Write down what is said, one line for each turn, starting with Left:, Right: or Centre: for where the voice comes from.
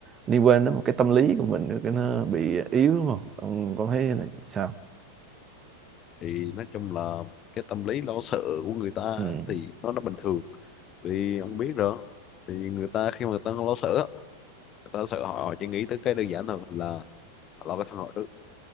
Right: liên quan đến một cái tâm lý của mình cái nó bị yếu đúng không ông có thấy là sao
Left: thì nói chung là cái tâm lý lo sợ của người ta á,
Right: ừ.
Left: thì nó nó bình thường vì ông biết rồi thì người ta khi mà người ta lo sợ á, người ta sợ họ, họ chỉ nghĩ tới cái đơn giản thôi là họ lo cái thân họ trước